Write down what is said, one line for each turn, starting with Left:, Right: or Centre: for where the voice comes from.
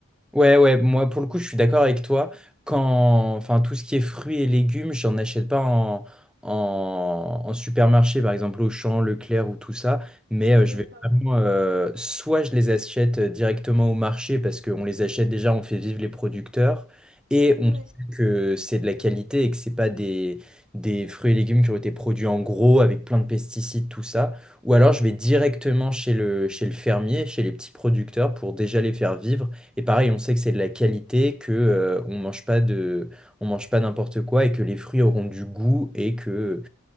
Centre: Ouais, ouais, moi pour le coup, je suis d'accord avec toi. Quand, enfin, tout ce qui est fruits et légumes, j'en achète pas en, en, en supermarché, par exemple Auchan, Leclerc ou tout ça. Mais euh,
Right: Ouais,
Centre: je vais
Right: pareil.
Centre: vraiment, euh, soit je les achète euh, directement au marché parce qu'on les achète déjà, on fait vivre les producteurs et
Right: Ouais.
Centre: on sait que c'est de la qualité et que c'est pas des, des fruits et légumes qui ont été produits en gros avec plein de pesticides, tout ça. Ou alors je vais directement chez le, chez le fermier, chez les petits producteurs pour déjà les faire vivre et pareil, on sait que c'est de la qualité, que euh, on mange pas de, on mange pas n'importe quoi et que les fruits auront du goût et que